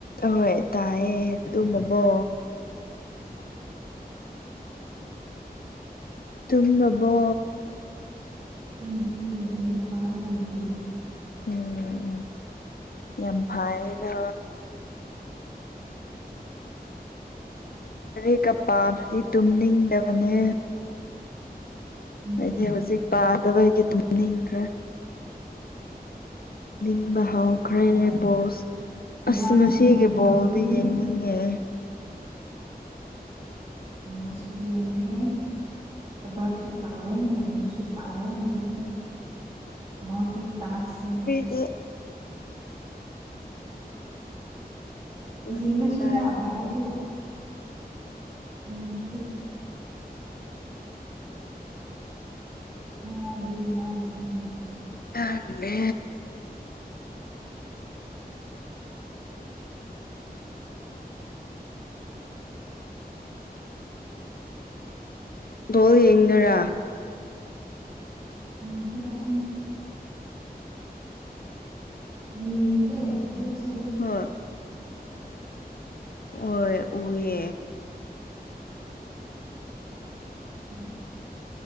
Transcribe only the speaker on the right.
ꯇꯟ꯭ꯔꯤ ꯅꯅꯤ ꯄꯔꯋꯥ ꯂꯩ
ꯇꯨꯝꯅꯤꯡꯗꯦ
ꯇꯥꯎ
ꯊꯕꯥꯛꯁꯨ
ꯇꯧꯋꯦ
ꯌꯦꯉꯁꯨ ꯌꯦꯡꯉꯦ ꯊꯕꯥꯛꯁꯨ ꯇꯥꯎꯋꯦ ꯂꯥꯏꯃꯤꯠꯁꯨ ꯄꯥꯏ ꯍꯧꯖꯤꯛ ꯃꯍꯣꯠꯇ ꯇꯥꯛꯁꯅꯤ
ꯌꯦꯒꯁꯤꯔ
ꯥꯎꯁꯨ ꯍꯉꯗꯤ ꯋꯥꯕ ꯋꯥ
ꯃꯆꯦꯔꯕꯦ ꯑꯩ ꯌꯥꯔꯦ ꯆ
ꯑ